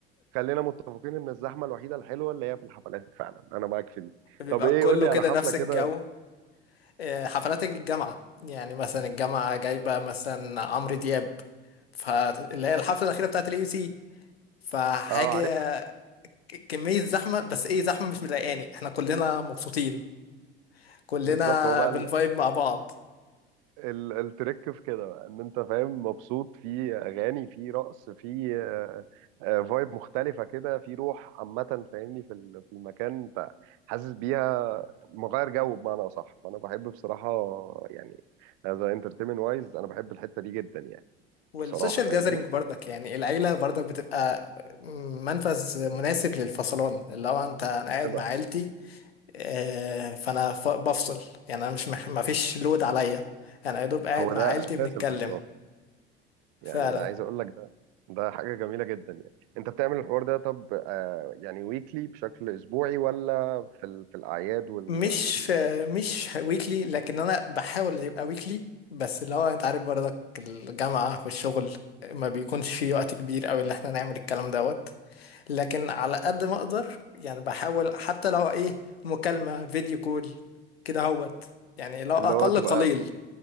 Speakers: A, on the right; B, on the left.
A: خلينا متفقين ان الزحمه الوحيده الحلوه اللي هي في الحفلات فعلا انا معاك في دي
B: بيبقى
A: طب ايه
B: كله
A: قول لي
B: كده
A: على حفله
B: نفس
A: كده
B: الجو آه، حفلات الجامعة يعني مثلا الجامعة جايبة مثلا عمرو دياب فاللي هي الحفلة الأخيرة بتاعت اليو سي فحاجة
A: اه عارفها
B: ك- كمية زحمة بس ايه زحمة مش مضايقاني احنا كلنا مبسوطين كلنا
A: بالظبط هو بقى
B: بنفايب
A: ال...
B: مع بعض
A: ال... التريك في كده بقى ان انت فاهم مبسوط في اغاني في رقص في آه، آه، فايب مختلفه كده في روح عامه فاهمني في ال- في المكان انت حاسس بيها مغير جو بمعنى اصح فانا بحب بصراحه يعني از انترتينمنت وايز انا بحب الحته دي جدا يعني
B: والسوشيال
A: بصراحه فاهمني
B: جاذرينج برضك يعني العيلة برضك بتبقى منفذ مناسب للفصلان اللي هو انت انا قاعد
A: أبقى
B: مع عيلتي آه، فانا ف- بفصل يعني انا مش مح- ما فيش لود عليا انا يا دوب قاعد
A: هو
B: مع
A: ده
B: عيلتي
A: اساس
B: بنتكلم
A: الفصلات
B: فعلا
A: يعني انا عايز اقول لك ده ده حاجه جميله جدا يعني انت بتعمل الحوار ده طب آه يعني ويكلي بشكل اسبوعي ولا في ال... في الاعياد وال...
B: مش
A: وال...
B: في مش ويكلي لكن انا بحاول يبقى ويكلي بس اللي هو انت عارف برضك الجامعة والشغل ما بيكونش في وقت كبير قوي اللي احنا نعمل الكلام دوت لكن على قد ما اقدر يعني بحاول حتى لو ايه مكالمة فيديو كول كده هوت يعني لو
A: اللي
B: اقل
A: هو تبقى
B: قليل